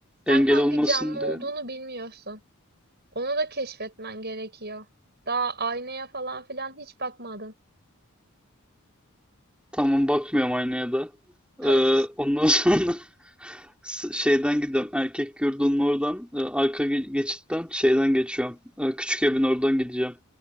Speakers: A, on the right; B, in the centre.
A: sen
B: engel
A: hangi
B: olmasın
A: canlı olduğunu
B: diye.
A: bilmiyorsun. Onu da keşfetmen gerekiyor. Daha aynaya falan filan hiç bakmadın.
B: Tamam bakmıyorum aynaya da. Ee,
A: <laughs> Tamam.
B: ondan <laughs> sonra s- şeyden gidiyorum. Erkek yurdunun oradan, e, arka ge- geçitten şeyden geçiyorum. Ee, küçük evin oradan gideceğim.